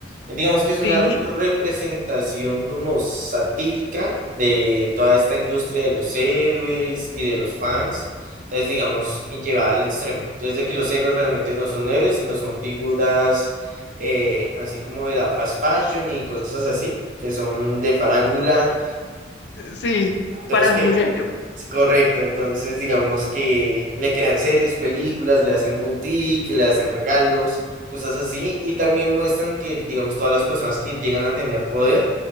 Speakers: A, on the right; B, on the left.
A: Eh, Digamos que es una
B: Sí,
A: representación como satírica de toda esta industria de los héroes y de los fans. Entonces, digamos, y llevada al extremo. Entonces, de que los héroes realmente no son héroes, sino son figuras eh, así como de la fast fashion y cosas así, que son de farándula
B: sí,
A: entonces,
B: parandulero.
A: que es correcto. Entonces, digamos que le crean series, películas, le hacen boutique, le hacen regalos, cosas así. Y también muestran que, digamos, todas las personas que llegan a tener poder,